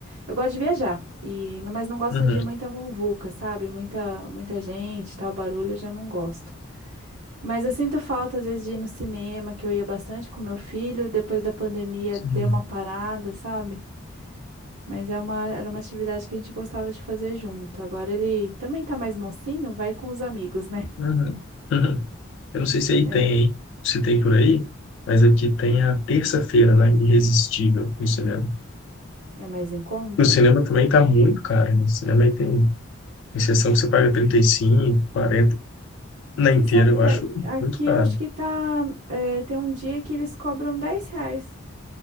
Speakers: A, on the right (about 80°); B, on the left (about 60°).
A: eu gosto de viajar e não- mas não gosto
B: uhum.
A: de muita muvuca, sabe? Muita muita gente, tal barulho, eu já não gosto. Mas eu sinto falta às vezes de ir no cinema, que eu ia bastante com meu filho, depois da pandemia
B: Sim.
A: deu uma parada, sabe? Mas é uma, era uma atividade que a gente gostava de fazer junto. Agora ele também tá mais mocinho, vai com os amigos, né?
B: Uhum. <laughs> Eu não sei se aí
A: É,
B: tem, hein? Se tem por aí, mas aqui tem a terça-feira, né? Irresistível no cinema.
A: é mais em conta.
B: O cinema também tá muito caro, né? O cinema aí tem, tem sessão que você paga 35, 40 na
A: Você
B: inteira,
A: sabe
B: eu
A: que
B: acho
A: a- aqui
B: muito caro.
A: eu acho que tá. é, tem um dia que eles cobram 10 reais.